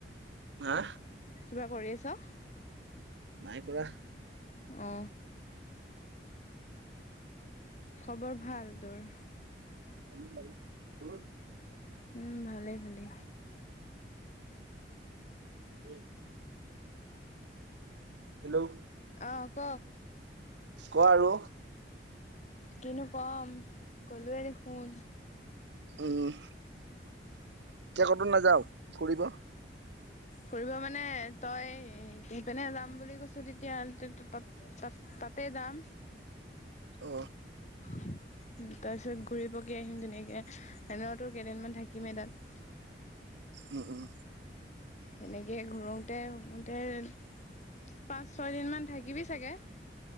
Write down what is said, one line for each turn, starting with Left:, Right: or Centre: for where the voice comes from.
Right: হা?
Left: কিবা কৰি আছ?
Right: নাই কৰা।
Left: অ, খবৰ ভাল তোৰ?
Right: ভ ক <unintelligible>
Left: উম, ভালে-ভালে।
Right: উম, হেল্ল',
Left: অঁ, ক?
Right: ক আৰু?
Left: কিনো ক'ম, ক'লোৱে দেখোন।
Right: উম, এতিয়া ক'তো নাযাৱ ফুৰিব?
Left: ফুৰিব মানে তই সেইপিনে যাম বুলি কৈছ তেতিয়া-তেত-তেত তাত-তাত-তাতে যাম।
Right: অ
Left: <inaudible> তাৰ পিছত ঘূৰি পকি আহিম ধুনীয়াকে, এনেও তোৰ কেইদিনমান থাকিমেই তাত।
Right: উম উম।
Left: তেনেকেই ঘূৰোতে ঘূৰোতে পাঁচ, ছয় দিন মান থাকিবি চাগে?